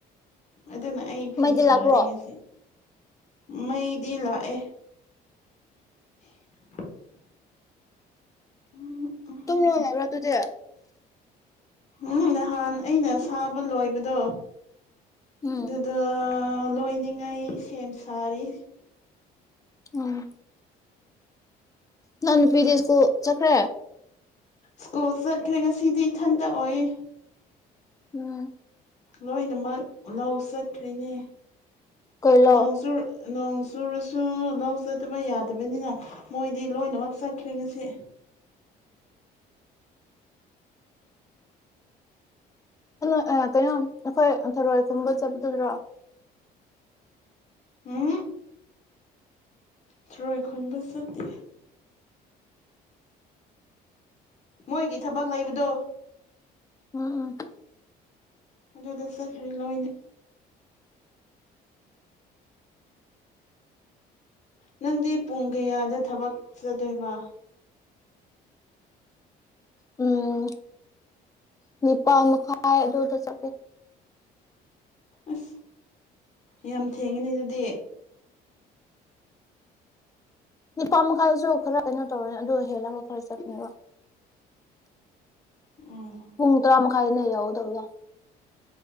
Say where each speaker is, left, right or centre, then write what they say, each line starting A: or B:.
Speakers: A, on the left; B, on the left.
A: ꯑꯗꯨꯅ ꯑꯩ ꯐꯤ
B: ꯃꯩꯗꯤ
A: ꯁꯥꯗ
B: ꯂꯥꯛꯄ꯭ꯔꯣ
A: ꯉꯁꯤ ꯃꯩꯗꯤ ꯂꯥꯛꯑꯦ <unintelligible> ꯎꯝ
B: ꯇꯨꯡ ꯌꯣꯟꯕ꯭ꯔꯣ ꯑꯗꯨꯗꯤ
A: ꯎꯝ ꯅꯍꯥꯟ ꯑꯩꯅ ꯁꯥꯕ ꯂꯣꯏꯕꯗꯣ
B: ꯎꯝ
A: ꯑꯗꯨꯗ ꯂꯣꯏꯅꯤꯡꯉꯥꯏ ꯁꯦꯝ ꯁꯥꯔꯤ
B: ꯎꯝ ꯅꯪ ꯅꯨꯄꯤꯗꯤ ꯁ꯭ꯀꯨꯜ ꯆꯠꯈ꯭ꯔꯦ
A: ꯁ꯭ꯀꯨꯜ ꯆꯠꯈ꯭ꯔꯦ ꯉꯁꯤꯗꯤ ꯏꯊꯟꯇ ꯑꯣꯏꯌꯦ
B: ꯎꯝ
A: ꯂꯣꯏꯅꯃꯛ ꯂꯧ ꯆꯠꯈ꯭ꯔꯦꯅꯦ
B: ꯀꯩꯂꯣ
A: ꯅꯣꯡꯖꯨ ꯅꯣꯡ ꯆꯨꯔꯁꯨ ꯂꯧ ꯆꯗꯕ ꯌꯥꯗꯕꯅꯤꯅ ꯃꯣꯏꯗꯤ ꯂꯣꯏꯅꯃꯛ ꯆꯠꯈ꯭ꯔꯦ ꯉꯁꯤ
B: ꯍꯂꯣ ꯀꯩꯅꯣ ꯑꯩꯈꯣꯏ ꯊꯔꯣꯏ ꯈꯨꯝꯕ ꯆꯠꯄꯗꯨꯗ꯭ꯔꯣ
A: ꯎꯝ ꯊꯔꯣꯏ ꯈꯟꯕ ꯆꯠꯇꯦ ꯃꯣꯏꯒꯤ ꯊꯕꯛ ꯂꯩꯕꯗꯣ
B: ꯎꯝ ꯎꯝ
A: ꯑꯗꯨꯗ ꯆꯠꯈꯔꯤ ꯂꯣꯏ ꯅꯪꯗꯤ ꯄꯨꯡ ꯀꯌꯥꯗ ꯊꯕꯛ ꯆꯗꯣꯏꯕ
B: ꯎꯝ ꯅꯤꯄꯥꯟꯥꯏ ꯑꯗꯨꯗ ꯆꯀꯦ
A: ꯑꯁ ꯌꯥꯝ ꯊꯦꯡꯉꯤꯅꯦ ꯑꯗꯨꯗꯤ
B: ꯅꯤꯄꯥ ꯃꯈꯥꯏꯁꯨ ꯈꯔ ꯀꯩꯅꯣ ꯇꯧꯔꯅꯤ ꯑꯗꯨ ꯍꯦꯜꯂꯒ ꯈꯔ ꯆꯠꯅꯦꯕ
A: ꯎꯝ
B: ꯄꯨꯡ ꯇꯔꯥ ꯃꯈꯥꯏꯗꯅ ꯌꯥꯎꯗꯧꯖ